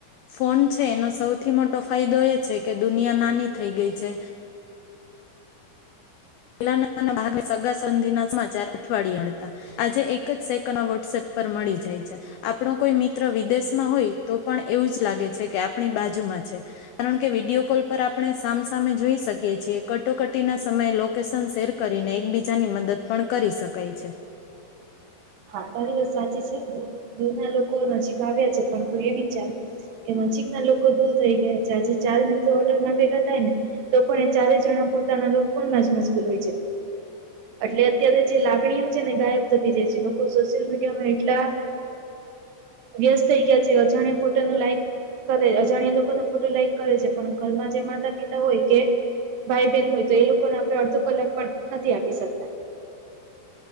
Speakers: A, on the left (about 85°); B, on the right (about 70°).
A: ફોન છે એનો સૌથી મોટો ફાયદો એ છે કે દુનિયા નાની થઈ ગઈ છે. સગા સંધિ ના સમાચાર અઠવાડિયેતા, આજે એક જ સેકન્ડ વોટસએપ પર મળી જાય છે, આપણો કોઈ મિત્ર વિદેશમાં હોય તો પણ એવું જ લાગે છે કે આપણી બાજુમાં છે, કારણ કે વિડીયો કોલ પર આપણે સામસામે જોઈ શકીએ છીએ કટોકટી ના સમયે લોકેશન શેર કરીને એકબીજાની મદદ પણ કરી શકાય છે.
B: હા તારીવત સાચી છે બો દૂધ ના લોકો ન આવ્યા છે પણ એ વિચાર, કે નજીકના લોકો દૂર થઈ ગયા છે આજે ચાર મિત્ર હોલમાં ભેગા થાય ને, તો પણ એ ચારેય જણા પોતાના ફોન માં જ મશ્કૂલ હોય છે, એટલે અત્યારે જે લાગણીઓ છે ને ગાયબ સોશિયલ મીડિયામાં એટલા, વ્યસ્ત થઈ ગયા છે અજાણ્યા ફોટો ન લાઈક કરે અજાણ્યા લોકો ફોટો લાઈક કરે છે પણ ઘરમાં જે માતા પિતા હોય કે, ભાઈ બહેન હોય તો એ લોકોને આપણે અડધો કલાક પણ નથી આપી શકતા.